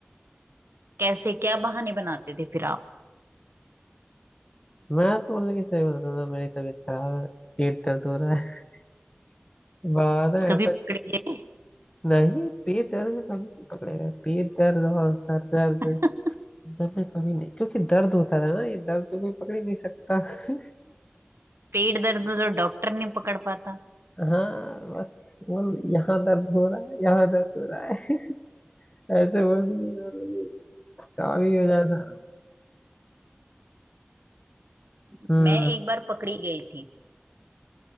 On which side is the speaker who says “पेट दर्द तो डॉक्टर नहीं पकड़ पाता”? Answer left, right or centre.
Right